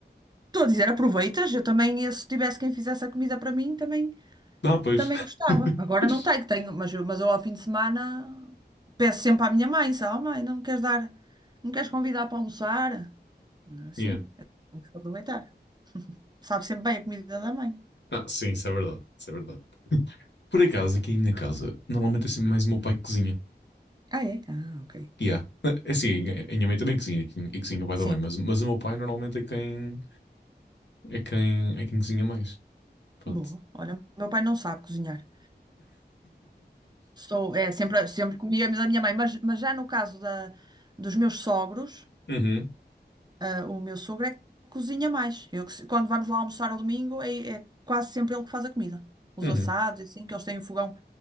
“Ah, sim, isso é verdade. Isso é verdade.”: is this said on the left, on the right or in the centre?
Left